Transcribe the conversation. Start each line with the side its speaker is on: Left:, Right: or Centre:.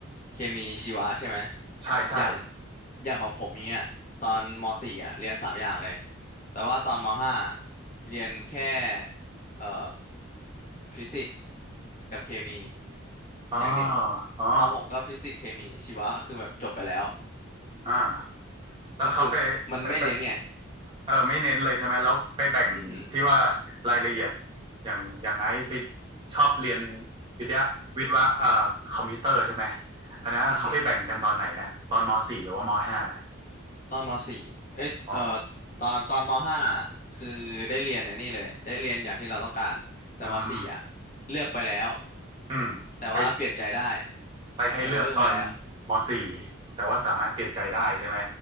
Left: เคมีชีวะใช่ไหม
Right: ใช่ใช่
Left: อย่างอย่างของผมอย่างเงี้ยตอนมสี่อ่ะเรียนสามอย่างเลยแต่ว่าตอนมห้าเรียนแค่เอ่อฟิสิกส์กับเคมี
Right: อ๋อ
Left: อย่างเดียว
Right: อ๋อ
Left: มหกก็ฟิสิกส์เคมีชีวะก็คือแบบจบไปแล้ว
Right: อ่าแล้วเขาไปไปไป
Left: ก็คือมันไม่เน้นไง
Right: เออไม่เน้นเลยใช่ไหมแล้วไปแบ่งที่ว่า
Left: อืม
Right: รายละเอียดอย่างอย่างไอ้ไปชอบเรียนวิทยาวิทยาเอ่อคอมพิวเตอร์ใช่ไหมอันนั้นเขาไปแบ่งกันตอนไหนอะตอนมสี่หรือว่ามห้า
Left: อหืม ตอนมสี่เอ้ยเอ่อ
Right: อ๋อ
Left: ตอนตอนมห้าคือได้เรียนไอ้นี่เลยได้เรียนอย่างที่เราต้องการแต่มสี่อ่ะ
Right: อืม
Left: เลือกไปแล้ว
Right: อืมไป
Left: แต่ว่าเปลี่ยนใจได้
Right: ไปให้เลือกตอน
Left: แต่ว่าเลือกไปแล้ว
Right: ม .4 แต่ว่าสามารถเปลี่ยนใจได้ใช่ไหม